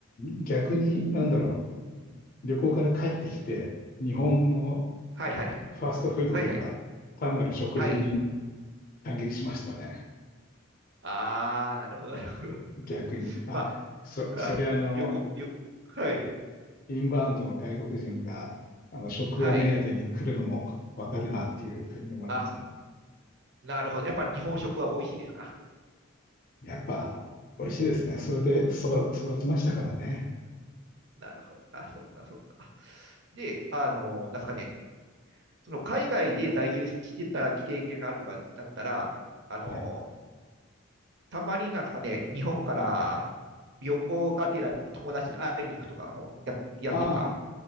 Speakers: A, on the left; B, on the right.
A: ん、逆に、なんだろ
B: うん。
A: う。旅行から帰ってきて、
B: うん。
A: 日本の
B: はい、はい、はい、
A: ファーストフードとか、
B: はい、はい、
A: 単なる食事に
B: はい。
A: 感激しましたね。
B: ああ、なるほど、なるほど。
A: 逆に。
B: <laughs>
A: あ、
B: まあ、
A: そ、
B: <laughs>
A: それあの、
B: は、よこ、よ、はい、
A: インバウンドの外国人が、あの、食を目当てに来るのもわかるなっていうふうに思いますも
B: はい。あ、なるほど。やっぱ日本食は美味しいですか。
A: ん。やっぱ、美味しいですね。
B: うーん、
A: それで育、育ちましたからね。
B: なるほど。あ、そうか、そうか。で、あの、なんすかね、その海外で在住してた経験があるとかだったら、あの、
A: はい。
B: たまになんすかね、日本から旅行がてら友達に会いに行くとかもや、やってたか
A: あ